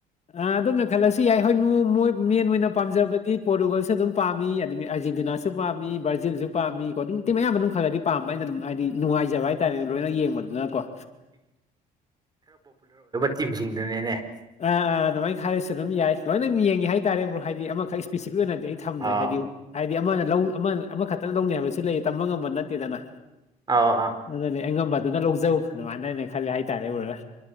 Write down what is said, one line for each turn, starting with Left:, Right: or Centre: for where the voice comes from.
Left: ꯑ ꯑꯗꯨꯝꯅ ꯈꯜꯂꯁꯨ ꯌꯥꯏ ꯍꯣꯏꯣꯏ ꯃꯦꯟ ꯑꯣꯏꯅ ꯄꯥꯝꯖꯕꯗꯤ ꯄꯣꯔꯇꯨꯒꯜꯁꯨ ꯑꯗꯨꯝ ꯄꯥꯝꯃꯤ ꯍꯥꯏ ꯑꯥꯔꯖꯦꯟꯇꯤꯅꯥꯁꯨ ꯄꯥꯝꯃꯤ ꯕ꯭ꯔꯥꯖꯤꯜꯁꯨ ꯄꯥꯝꯃꯤ ꯀꯣ ꯑꯗꯨ ꯅꯨꯇꯤ ꯃꯌꯥꯝ ꯃꯅꯨꯡ ꯈꯔꯗꯤ ꯄꯥꯝꯕ ꯑꯩꯅ ꯑꯗꯨꯝ ꯍꯥꯏꯗꯤ ꯅꯨꯡꯉꯥꯏꯖꯕ ꯍꯥꯏꯇꯥꯥꯔꯦꯅꯦ ꯂꯣꯏꯅ ꯌꯦꯡꯕꯗꯨꯅꯀꯣ
Right: ꯇꯤꯝꯁꯤꯡꯗꯨꯅꯦꯅꯦ
Left: ꯑꯥ ꯑꯥ ꯑꯗꯨꯃꯥꯏꯅ ꯊꯥꯏꯔꯤꯁꯨ ꯑꯗꯨꯝ ꯌꯥꯏ ꯂꯥꯏꯅ ꯌꯦꯡꯉꯤ ꯍꯥꯏ ꯍꯥꯏꯇꯥꯔꯦꯕ꯭ꯔꯣ ꯍꯥꯏꯗꯤ ꯑꯃꯈꯛ ꯏꯁꯄꯦꯁꯤꯐꯤꯛ ꯑꯣꯏꯅꯗꯤ ꯑꯩ ꯊꯝꯗ꯭ꯔꯦ
Right: ꯑꯥꯎ
Left: ꯍꯥꯏꯗꯤ ꯍꯥꯏꯗꯤ ꯑꯃꯅ ꯂꯧ ꯑꯃꯅ ꯑꯃꯈꯛꯇꯅ ꯂꯧꯅꯤ ꯍꯥꯏꯕꯁꯤ ꯂꯩꯌꯦ ꯇꯝꯕ ꯉꯝꯕ ꯅꯠꯇꯦꯗꯅ
Right: ꯑꯥꯎ ꯑꯥ
Left: ꯑꯗꯅꯦ ꯌꯦꯒꯝꯕ ꯑꯗꯨꯅ ꯂꯧꯖꯧ ꯑꯗꯨ ꯃꯥꯟꯅꯅꯦ ꯈꯜꯂꯦ ꯍꯥꯏꯇꯥꯔꯦꯕꯗ꯭ꯔꯥ